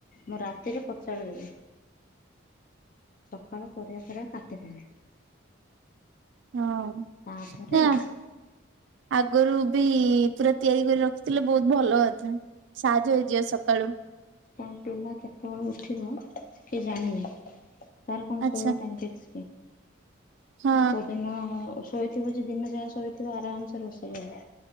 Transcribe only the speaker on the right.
ହଁ
ଏ
ଆ ଆଗରୁ ବି ପୁରା ତିଆରି କରି ରଖିଥିଲେ ବହୁତ ଭଲ କଥା। ସାହାଯ୍ଯ ହେଇଯିବ ସକାଳୁ।
ଆଚ୍ଛା
ହଁ